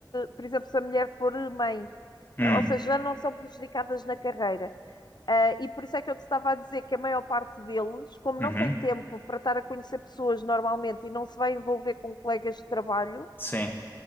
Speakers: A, on the left; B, on the left.
A: por exemplo, se a mulher for mãe,
B: Hum,
A: ou seja, já não são prejudicadas na carreira. Ah, e por isso é que eu te estava a dizer que a maior parte deles, como
B: uhum,
A: não tem tempo para estar a conhecer pessoas normalmente e não se vai envolver com colegas de trabalho,
B: sim.